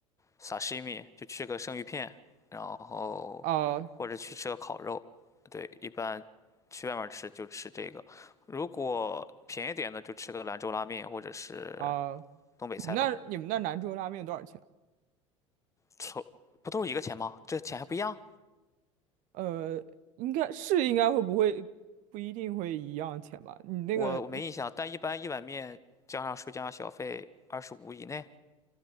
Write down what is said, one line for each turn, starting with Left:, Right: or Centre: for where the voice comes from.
Left: sashimi，就吃个生鱼片，然后或者去吃个烤肉。
Right: 啊、
Left: 对，一般去外面吃就吃这个，如果便宜点的就吃个兰州拉面或者是
Right: 啊、
Left: 东北菜吧。
Right: 你们那你们那兰州拉面多少钱？
Left: 臭，不都是一个钱吗？这钱还不一样？
Right: 呃，应该是应该会不会不一定会一样钱吧？你那个
Left: 我我没印象，但一般一碗面加上税加上小费二十五以内，